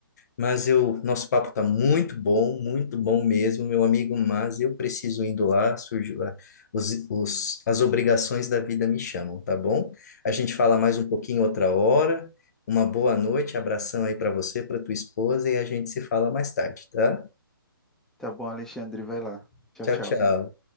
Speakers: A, on the left (about 45°); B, in the centre.
A: Mas eu, nosso papo tá muito bom, muito bom mesmo, meu amigo, mas eu preciso indo lá, surge lá, os, os, as obrigações da vida me chamam, tá bom? A gente fala mais um pouquinho outra hora. Uma boa noite, abração aí para você, para tua esposa e a gente se fala mais tarde, tá?
B: Tá bom, Alexandre, vai lá. Tchau,
A: Tchau,
B: tchau.
A: tchau.